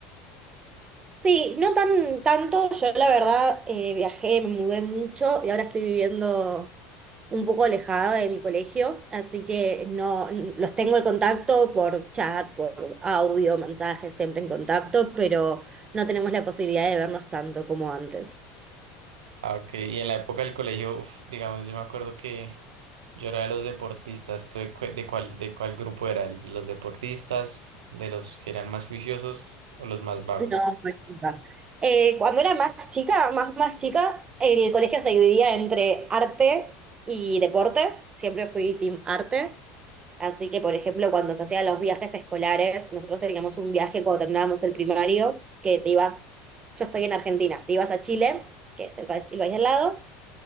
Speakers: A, on the right; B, on the right.
A: Sí, no tan tanto. Yo la verdad eh, viajé, me mudé mucho y ahora estoy viviendo un poco alejada de mi colegio, así que no n- los tengo el contacto por chat, por audio, mensajes, siempre en contacto, pero no tenemos la posibilidad de vernos tanto como antes.
B: Ah, ok. Y en la época del colegio, uf, digamos, yo me acuerdo que yo era de los deportistas. ¿Tú de, cu- de cuál, de cuál grupo era? ¿El ¿De los deportistas? ¿De los que eran más juiciosos o los más vagos?
A: No, no es culpa. Eh, cuando era más chica, más más chica, el colegio se dividía entre arte y deporte. Siempre fui team arte. Así que, por ejemplo, cuando se hacían los viajes escolares, nosotros teníamos un viaje cuando terminábamos el primario, que te ibas, yo estoy en Argentina, te ibas a Chile, que es el país, el país al lado,